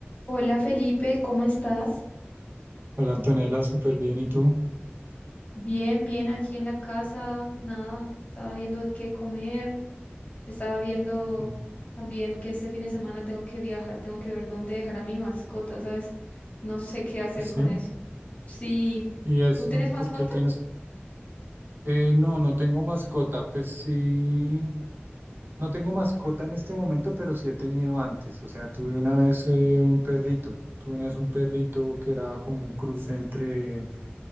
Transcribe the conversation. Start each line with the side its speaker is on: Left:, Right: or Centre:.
Left: Hola Felipe, ¿cómo estás?
Right: Hola Antonella, súper bien. ¿Y tú?
Left: Bien, bien, aquí en la casa, nada, estaba viendo qué comer, estaba viendo
Right: Mm,
Left: también que este fin de semana tengo que viajar, tengo que ver dónde dejar a mi mascota, ¿sabes? No sé qué hacer
Right: pues
Left: con
Right: Sí.
Left: eso. Sí,
Right: ¿Y eso?
Left: ¿tú tienes mascota?
Right: ¿Por qué tienes? Eh, no, no tengo mascota. Pues sí, no tengo mascota en este momento, pero sí he tenido antes. O sea, tuve una vez eh, un perrito. Tuve una vez un perrito que era como un cruce entre,